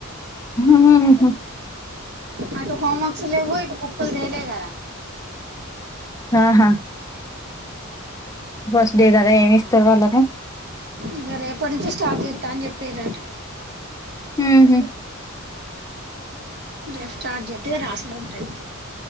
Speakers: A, on the left; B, on the right.
A: హ్మ్ హ్మ్
B: అటు హోమ్ వర్క్స్ లేవు ఇటు బుక్లు తేలే కద
A: ఆహా ఫస్ట్ డే కద ఏమి ఇస్తరు వాళ్ళకు
B: ఇగ రేపటి నుంచి స్టార్ట్ జెత్త అని చెప్పిర్రట
A: ఉహ్మ్
B: రేప్ స్టార్ట్ జెత్తె రాసుడు ఉంటది